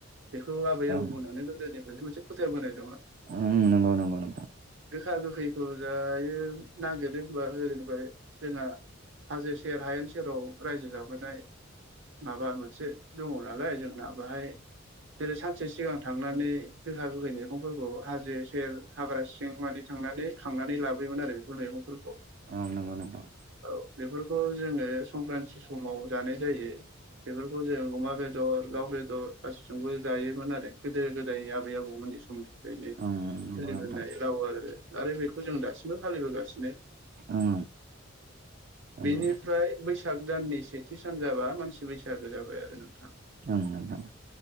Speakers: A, on the right (about 60°); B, on the right (about 40°).
A: बेखौबो आबै
B: ओं
A: आबौ मोनानो गोदोनिफ्रायनो मोनसे फोथाय बोनाय
B: ओं नंगौ नंगौ नोंथां।
A: गोखा गोखैखौ जायो नागिरो होनबा गोदोनिफ्राय जोंहा हाजो सेर, हायेन सेराव रायजो जाबोनाय माबा मोनसे दङ' नालाय जोंना बाहाय जेरै सानसे सिगां थांना नै गोखा गोखै मैगंफोरखौ हाजो सेर हाग्रा सिं माने थांनानै खांनानै लाबोयोमोन आरो बेफोर मैगंफोरखौ।
B: उम नंगौ नोंथां।
A: औ बेफोरखौ जोङो संक्रान्ति समाव जानाय जायो। बेफोरखौ जों अमा बेदर, दाउ बेदर गासिजोंबो जायोमोन आरो गो दो गोदाय आबै आबौमोनि समनिफ्रायनो
B: ओं नंगौ
A: सोलिबोनाय
B: नोंथां
A: राव आरो। आरो बेखौ जों दासिमबो फालिबोगासिनो।
B: ओं
A: बेनिफ्राय
B: ओं नोंथां
A: बैसाग दाननि से थि सान जाबा मानसि बैसागो जाबाय आरो नोंथां।
B: उम नोंथां।